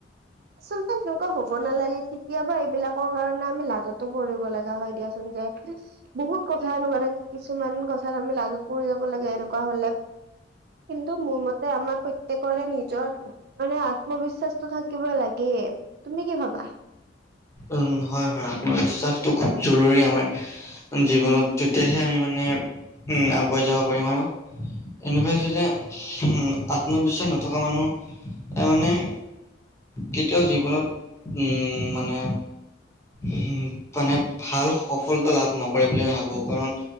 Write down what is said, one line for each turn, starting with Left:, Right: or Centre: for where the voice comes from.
Right: আচলতে সেনেকুৱা হ'ব নালাগে কেতিয়াবা এইবিলাকৰ কাৰণে আমি লাজতো পৰিব লগা হয় দিয়াচোন যে বহুত কথা এনেকুৱা থাকে কিছুমান কথাত আমি লাজত পৰি যাব লাগে এনেকুৱা হ'লে। কিন্তু মোৰ মতে আমাৰ প্ৰত্যেকৰে নিজৰ মানে আত্মবিশ্বাসটো থাক থাকিব লাগে তুমি কি ভাবা?
Left: উম হয়, হয় আত্মবিশ্বাসটো খুব জৰুৰী আমাৰ। জীৱনত তেতিয়াহে আমি মানে উম আগুৱাই যাব পাৰিম আৰু। এনেকুৱা হৈছে যে হুম আত্মবিশ্বাস নথকা মানুহ এ মানে কেতিয়াও জীৱনত উমম মানে উম মানে ভাল সফলতা লাভ নকৰে বুলি ভাবো কাৰণ